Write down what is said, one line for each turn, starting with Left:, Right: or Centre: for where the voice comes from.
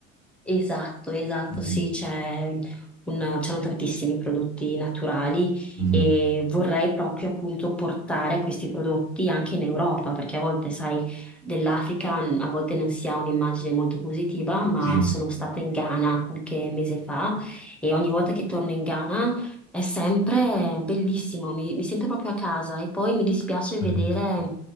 Centre: Esatto, esatto,
Right: Mhm,
Centre: sì, c'è una- c'hanno tantissimi prodotti naturali
Right: mhm.
Centre: e vorrei proprio appunto portare questi prodotti anche in Europa, perché a volte, sai, dell'Africa a volte non si ha un'immagine molto positiva, ma
Right: Sì,
Centre: sono stata in Ghana qualche mese fa e ogni volta che torno in Ghana è sempre bellissimo, mi, mi sento proprio a casa e poi mi dispiace
Right: bello,
Centre: vedere